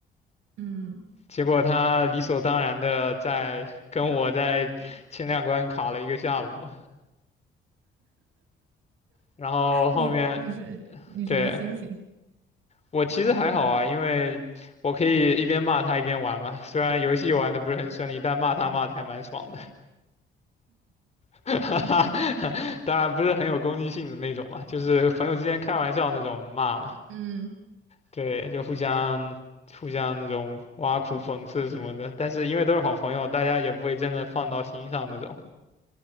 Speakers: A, on the right; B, on the left.
A: 嗯，
B: 结果他理所当然的在跟我在前两关卡了一个下午，然后后面
A: 你你是你什么心情？
B: 对我其实还好啊，因为我可以一边骂他一边玩嘛。虽然游戏玩的不是很顺利，但骂他骂的还蛮爽的，<laughs> 哈哈。
A: 可以，
B: 当然不是很有攻击性的那种嘛，就是朋友之间开玩笑那种骂嘛。
A: 嗯
B: 对，就互相互相那种挖苦、讽刺什么的。但是因为都是好朋友，大家也不会真的放到心上那种。